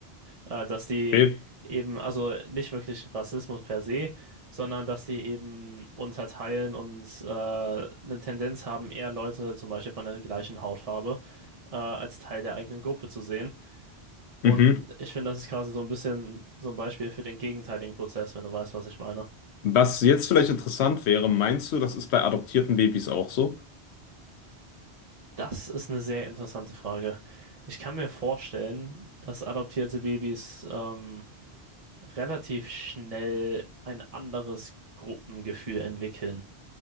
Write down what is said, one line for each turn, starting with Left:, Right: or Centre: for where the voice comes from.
Right: Äh, dass die
Left: Okay,
Right: eben, also nicht wirklich Rassismus per se, sondern dass die eben unterteilen und äh, eine Tendenz haben, eher Leute zum Beispiel von der gleichen Hautfarbe äh, als Teil der eigenen Gruppe zu sehen. Und
Left: Mhm.
Right: ich finde, das ist quasi so ein bisschen so ein Beispiel für den gegenteiligen Prozess, wenn du weißt, was ich meine.
Left: Was jetzt vielleicht interessant wäre, meinst du, das ist bei adoptierten Babys auch so?
Right: Das ist eine sehr interessante Frage. Ich kann mir vorstellen, dass adoptierte Babys ähm, relativ schnell ein anderes Gruppengefühl entwickeln.